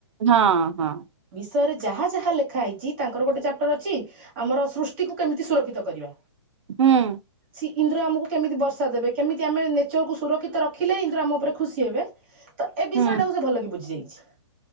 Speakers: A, on the right; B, on the right.
A: ହଁ ହଁ
B: ବିଷୟରେ ଯାହା ଯାହା ଲେଖା ହେଇଚି ତାଙ୍କର ଗୋଟେ ଚାପ୍ଟର ଅଛି ଆମର ସୃଷ୍ଟିକୁ କେମିତି ସୁରକ୍ଷିତ କରିବା।
A: ହୁଁ।
B: ସେ ଇନ୍ଦ୍ର ଆମକୁ କେମିତି ବର୍ଷା ଦେବେ କେମିତି ଆମେ ନେଚରକୁ ସୁରକ୍ଷିତ ରଖିଲେ ଇନ୍ଦ୍ର ଆମ ଉପରେ ଖୁସି ହେବେ। ତ ଏ
A: ହୁଁ
B: ବିଷୟଟାକୁ ସେ ଭଲି ବୁଝିଯାଇଛି। ଛି।